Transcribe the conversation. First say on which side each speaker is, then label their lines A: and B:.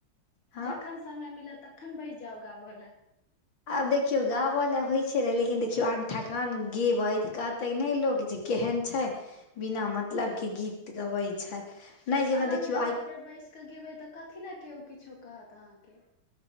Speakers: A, on the left; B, on the left.
A: हँ
B: जखन समय मिलत तखन बैस जाउ गाबऽ लए
A: आब देखियौ गाबय ल होइ छै ने लेकिन देखियौ आन ठकान गेबै त कहते ने लोक जे केहन छय बिना मतलब के गीत गबै छै नहि
B: तऽ
A: जेना
B: अलग
A: देखियौ
B: जगह
A: आइ
B: पर बैस कऽ गेबै तऽ कथि लए केओ किछो कहत अहाँके